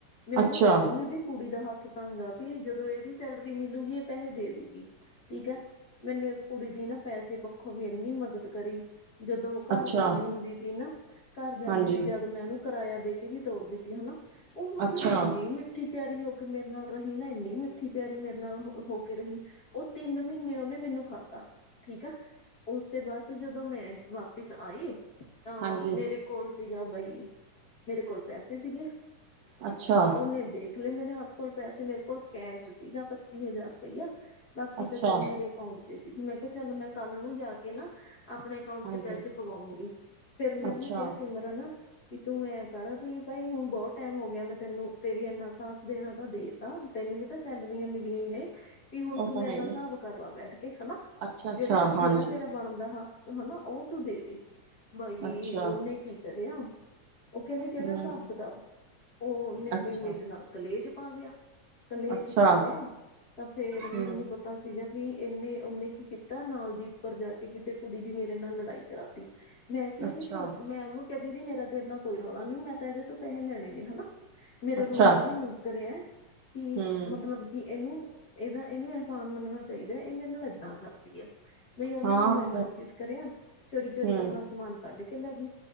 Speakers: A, on the left; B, on the right.
A: ਮੈਂ
B: ਅੱਛਾ,
A: ਓਨੂੰ ਕੈਅ ਦੂੰਗੀ ਵੀ ਕੁੜੀ ਦਾ ਹੱਥ ਤੰਗ ਆ ਕੀ ਜਦੋਂ ਏਦੀ ਸੈਲਰੀ ਮਿਲੂਗੀ ਏ ਪੈਹੇ ਦੇ ਦੂਗੀ ਠੀਕ ਐ ਮੈਨੇ ਏਸ ਕੁੜੀ ਦੀ ਨਾ ਪੈਸੇ ਪੱਖੋਂ ਵੀ ਏਨੀ ਮਦਦ ਕਰੀ ਜਦੋਂ ਓ ਘਰ
B: ਅੱਛਾ,
A: ਜਾਂਦੀ ਹੁੰਦੀ ਟੀ ਨਾ ਘਰ ਜਾਂਦੀ
B: ਹਾਂਜੀ,
A: ਟੀ ਜਦ ਮੈਂ ਓਨੂੰ ਕਰਾਯਾ ਦੇ ਕੇ ਵੀ ਤੋੜ ਦਿੱਤੀ ਹੈਨਾ ਓ ਮਤਲਬ
B: ਅੱਛਾ,
A: ਏਨੀ ਮਿੱਠੀ ਮਿੱਠੀ ਪਿਆਰੀ ਹੋ ਕੇ ਮੇਰੇ ਨਾਲ ਰਹੀ ਨਾ ਏਨੀ ਮਿੱਠੀ ਪਿਆਰੀ ਮੇਰੇ ਨਾਲ ਹੋ ਅ ਕੇ ਰਹੀ ਓ ਤੇਨ ਮੀਨੇ ਓਨੇ ਮੈਨੂੰ ਖਾਧਾ ਠੀਕ ਆ ਉਸਦੇ ਬਾਦ ਚ ਜਦੋਂ ਮੈਂ ਵਾਪਿਸ ਆਈ ਤਾਂ
B: ਹਾਂਜੀ,
A: ਮੇਰੇ ਕੋਲ ਸੀਗਾ ਬਾਈ ਮੇਰੇ ਕੋਲ ਪੈਸੇ ਸੀਗੇ
B: ਅੱਛਾ,
A: ਓਨੇ ਦੇਖ ਹਲੇ ਮੇਰੇ ਹੱਥ ਕੋਲ ਪੈਸੇ ਮੇਰੇ ਕੋਲ ਕੈਸ਼ ਸੀਗਾ ਪੱਚੀ ਹਜ਼ਾਰ ਰੁਪਈਆ ਬਾਕੀ
B: ਅੱਛਾ,
A: ਤਾਂ ਚੱਲ ਮੇਰੇ ਅਕਾਊਂਟ ਚ ਸੀ ਵੀ, ਮੈਂ ਕਿਹਾ ਚਲ ਮੈਂ ਕੱਲ ਨੂੰ ਜਾ ਕੇ ਨਾ। ਆਪਣੇ ਅਕਾਊਂਟ
B: ਹਾਂਜੀ,
A: ਚ ਪੈਸੇ ਪਵਾਉਂਗੀ ਫੇਰ ਮੈਨੂੰ
B: ਅੱਛਾ।
A: ਕੈਆ ਸੀਮਤ ਹੈਨਾ ਵੀ ਤੂੰ ਐਂ ਕਰ ਵੀ ਭਈ ਹੁਣ ਬੋਤ ਟੈਮ ਹੋ ਗਿਆ ਮੈਂ ਤੈਨੂੰ ਤੇਰੀ ਏਨਾ ਸਾਥ ਦੇਣਾ ਤਾਂ ਦੇਤਾ ਤੈਨੂੰ ਵੀ ਤਾਂ ਸੈਲਰੀਆਂ ਮਿਲੀਆਂ ਨੀ ਨੇ। ਵੀ ਹੁਣ
B: ਉਹ
A: ਤੂੰ
B: ਤਾਂ
A: ਮੇਰੇ
B: ਹੈ
A: ਨਾਲ
B: ਹੀ
A: ਸਾਬ
B: ਆ,
A: ਕਰ ਲਾ ਬੈਠ ਕੇ ਹੈਨਾ
B: ਅੱਛਾ, ਅੱਛਾ,
A: ਜੇੜਾ-ਜੇੜਾ
B: ਹਾਂਜੀ,
A: ਤੇਰਾ ਬਣਦਾ ਹੱਕ ਹਨਾ ਓ ਤੂੰ ਦੇ-ਦੇ ਬਈ
B: ਅੱਛਾ,
A: ਉਹ ਓਨੇ ਕੀ ਕਰੇਯਾ ਓ ਕੇਂਦੀ ਕੇੜਾ
B: ਹੂੰ,
A: ਸਾਬ ਕਤਾਬ, ਓਨੇ
B: ਅੱਛਾ,
A: ਬਈ ਮੇਰੇ ਨਾਲ ਕਲੇਸ਼ ਪਾ ਲਿਆ ਕਲੇਸ਼
B: ਅੱਛਾ,
A: ਪਾ ਲਿਆ ਤਾਂ ਫੇਰ ਮੈਨੂੰ
B: ਹੂੰ,
A: ਤਾ ਸੀਗਾ ਵੀ ਏਨੇ ਓਨੇ ਕੀ ਕੀਤਾ ਨਾਲ ਦੀ ਉੱਪਰ ਜਾ ਕੇ ਕਿਸੇ ਕੁੜੀ ਦੀ ਮੇਰੇ ਨਾਲ ਲੜਾਈ ਕਰਾਤੀ ਮੈਂ ਕੈਆ
B: ਅੱਛਾ,
A: ਵੀ ਤੁਹ ਮੈਂ ਓਨੂੰ ਕੈਆ ਦੀਦੀ ਮੇਰਾ ਤੇ ਏਨਾ ਕੋਈ ਰੌਲਾ ਨੀ ਮੈਂ ਤਾਂ ਏਦੇ ਤੋਂ ਪੈਹੇ ਲੈਣੇ ਨੇ ਹਨਾ। ਮੇਰਾ
B: ਅੱਛਾ,
A: ਰੂਮ ਏਨੇ ਯੂਜ ਕਰੇਆ ਕਿ
B: ਹੂੰ,
A: ਮਤਲਬ ਕਿ ਏਨੂੰ ਏਦਾ ਏਨੂੰ ਅਹਿਸਾਨ ਮੰਨਣਾ ਚਾਈਦਾ ਏ ਮੇਰੇ ਨਾਲ ਏਦਾਂ ਕਰਦੀ ਆ ਬਈ ਓਨੇ
B: ਹਾਂ,
A: ਮੈਨੂੰ ਏਨਾ ਚੀਟ ਕਰੇਆ‌ ਚੋਰੀ-ਚੋਰੀ
B: ਹੂੰ,
A: ਅਪਣਾ ਸਮਾਨ ਕੱਢ ਕੇ ਲੈਗੀ